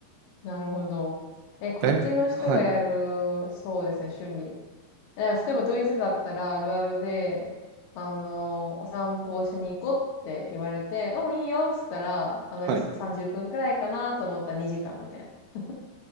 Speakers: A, on the left; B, on the right.
A: なるほど。え、こっちの人がやる、
B: だい、はい、
A: そうですね、趣味。いや、例えばドイツだったらあるあるで、あの、お散歩をしに行こうって言われて、うん、いいよっつったら、あの、
B: はい。
A: 1、30分くらいかなと思ったら2時間みたいな。